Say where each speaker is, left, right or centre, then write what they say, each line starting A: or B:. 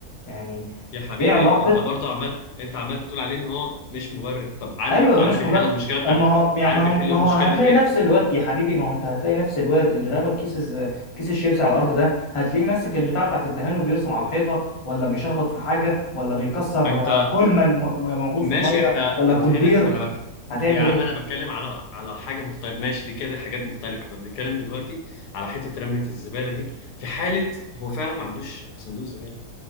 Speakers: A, on the left; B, on the left.
A: يعني
B: يا حبيبي
A: ايه علاقه
B: انت برضو عمال انت عمال بتقول عليه ان هو مش مبرر طب عارف
A: ايوه مش
B: عارف بيحل
A: مبالغه
B: المشكله بتاعت
A: اما هو يعني
B: عارف
A: ما
B: بيحل
A: هو ما
B: المشكله
A: هو هتلاقي
B: دي في ايه
A: نفس الواد يا حبيبي ما هو انت هتلاقي نفس الواد اللي رمى كيس الز- كيس الشيبسي على الارض ده هتلاقيه ماسك البتاع بتاعت الدهان وبيرسم على الحيطه ولا بيشخبط في حاجه ولا بيكسر
B: انت
A: آه، كل من م- م- موجود
B: ماشي
A: في الميه
B: احنا
A: ولا
B: انت
A: كولدير
B: هنا انا بك
A: هتعمل
B: يا عم
A: ايه
B: انا بتكلم على على حاجه مختلفه ماشي دي كده حاجات مختلفه احنا بنتكلم دلوقتي على حته رميه الزباله دي في حاله هو فعلا ما عندوش صندوق زباله